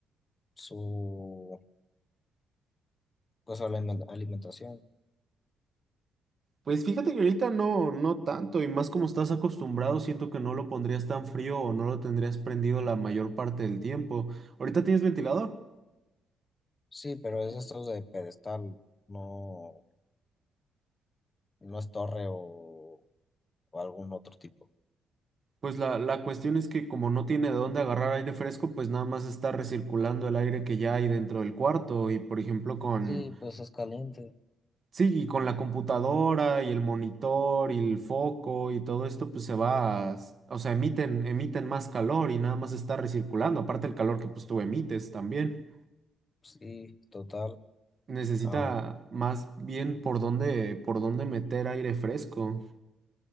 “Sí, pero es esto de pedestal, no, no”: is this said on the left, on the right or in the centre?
Left